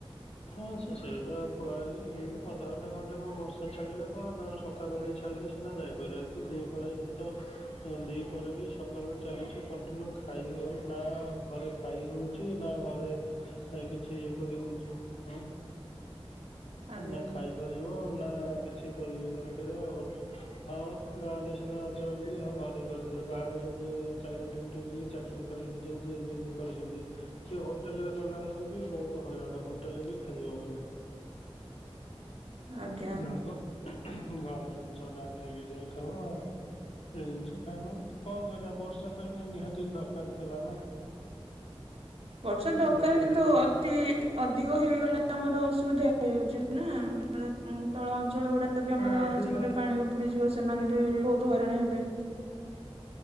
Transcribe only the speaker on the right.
ଆଜ୍ଞା
ଆଜ୍ଞା
ବର୍ଷା ଦରକାର
କିନ୍ତୁ ଅତି ଅଧିକ ହେଇଗଲା ଆମର ଅସୁବିଧା ଇଯାଉଛନ୍ତି ନା ଆମ ତଳ ଅଞ୍ଚଳ ଗୁଡା ବି ଆମର
ସେପଟେ ପାଣି ବୁଡିଯିବ ସେମାନେ ବହୁତ ହରଣ ହେବେ